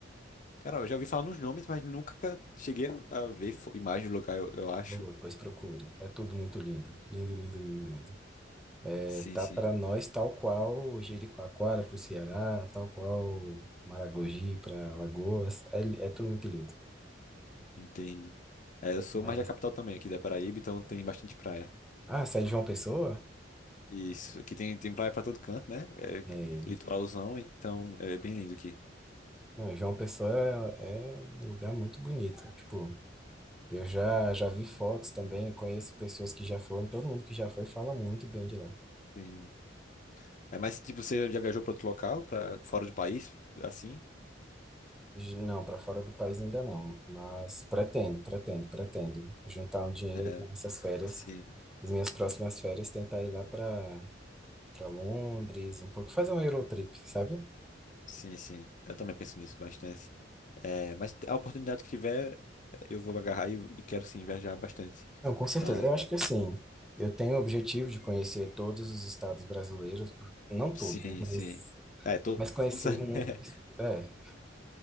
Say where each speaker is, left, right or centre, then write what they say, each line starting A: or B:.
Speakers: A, on the left; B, in the centre.
A: Cara, eu já ouvi falar nos nomes, mas nunca cheguei a a ver fo- imagem do lugar, eu, eu acho.
B: por favor, depois procure. É tudo muito lindo. Lindo, lindo, lindo, lindo. É,
A: Sim,
B: tá
A: sim,
B: pra nós tal qual Jericoacoara pro Ceará, tal qual Maragogi pra Alagoas. É, é tudo muito lindo.
A: entendi. É, eu sou
B: Mas.
A: mais da capital também, aqui da Paraíba, então tem bastante praia.
B: Ah, sai de João Pessoa?
A: Isso, aqui tem, tem praia pra todo canto, né? É
B: É.
A: litoralzão, então é bem lindo aqui.
B: Não, João Pessoa é, é um lugar muito bonito. Tipo, eu já, já vi fotos também, conheço pessoas que já foram, todo mundo que já foi fala muito bem de lá.
A: Sim. É, mas, tipo, você já viajou pra outro local, pra fora do país, assim?
B: J- Não, para fora do país ainda não, mas pretendo, pretendo, pretendo juntar um dinheiro
A: É,
B: para essas férias,
A: sim.
B: as minhas próximas férias, tentar ir lá para para Londres, um pouco, fazer um Eurotrip, sabe?
A: Sim, sim. Eu também penso nisso bastante. É, mas a oportunidade que tiver, eu vou agarrar e, e quero sim viajar bastante.
B: Não, com certeza.
A: Ah,
B: Eu acho que assim, eu tenho o objetivo de conhecer todos os estados brasileiros, por- não
A: sim,
B: todos, né? Mas,
A: sim. É, todo
B: mas conhecer
A: todo sabe.
B: um.
A: <laughs>
B: é.